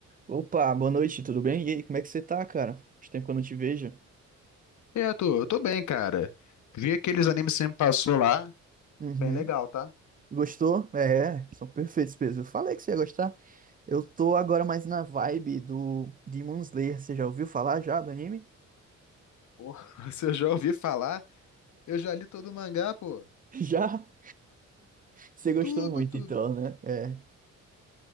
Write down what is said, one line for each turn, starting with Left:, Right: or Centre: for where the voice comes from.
Right: Opa, boa noite, tudo bem? E aí, como é que você tá, cara? Faz tempo que eu não te vejo.
Left: E aí, Arthur, eu tô bem, cara. Vi aqueles animes que você me passou lá.
Right: Uhum.
Left: Bem legal, tá?
Right: Gostou? É, são perfeitos mesmo. Eu falei que você ia gostar. Eu tô agora mais na vibe do Demon Slayer. Você já ouviu falar já do anime?
Left: Pô, <laughs> se eu já ouvi falar, eu já li todo o mangá, pô.
Right: <laughs> Já? <laughs> Você gostou
Left: Tudo,
Right: muito,
Left: tudo.
Right: então, né? É.